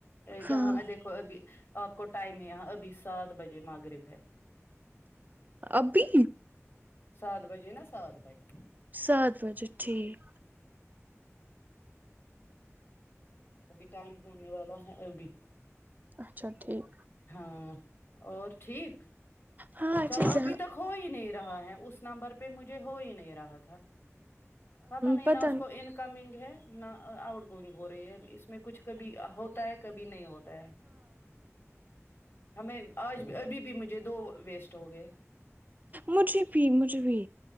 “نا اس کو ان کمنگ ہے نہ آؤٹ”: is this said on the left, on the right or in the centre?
Left